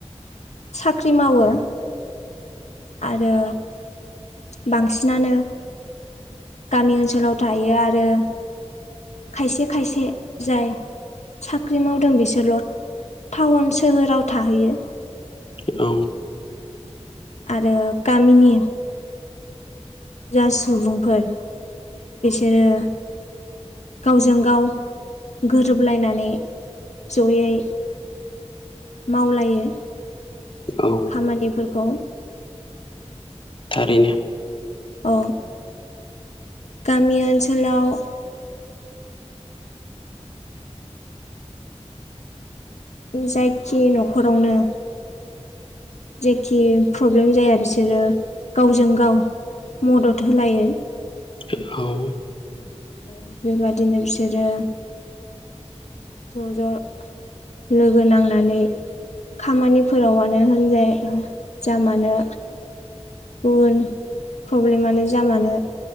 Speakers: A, on the left (about 80°); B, on the left (about 50°).
A: साख्रि मावो। आरो बांसिनानो गामि ओनसोलाव थायो आरो खायसे खायसे जाय साख्रि मावदों बिसोरल' थाउन सोहोराव थाहैयो।
B: औ
A: आरो गामिनि जा सुबुंफोर बिसोरो गावजों गाव गोरोबलायनानै ज'यै मावलायो
B: औ
A: खामानिफोरखौ
B: थारैनो
A: अ गामि ओनसोलाव उम जायखि न'खरावनो जेखि प्रब्लेम जाया बिसोरो गावजों गाव मदद होलायो।
B: ओ औ
A: ओ बेबादिनो बिसोरो ज' ज' लोगो नांनानै खामानिफोरावानो होनजाय हो जा मानो गुबुन प्रब्लेमानो जा मानो